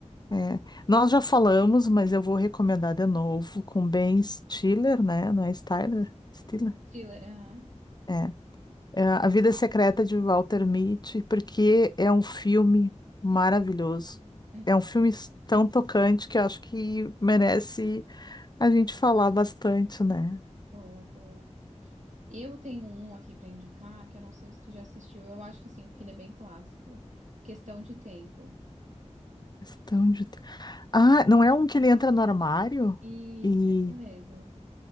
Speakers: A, on the left; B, on the right.
A: É, nós já falamos, mas eu vou recomendar de novo com Ben Stiller, né? Não é Styler? Stiller?
B: Thriller, aham.
A: É. É, A Vida Secreta de Walter Mitty, porque é um filme maravilhoso.
B: Uhum.
A: É um filme s- tão tocante que eu acho que merece a gente falar bastante, né?
B: Boa, boa. Eu tenho um aqui pra indicar que eu não sei se tu já assistiu. Eu acho que sim, porque ele é bem clássico. Questão de Tempo.
A: Questão de... te- Ah, não é um que ele entra no armário
B: Isso,
A: e,
B: esse mesmo.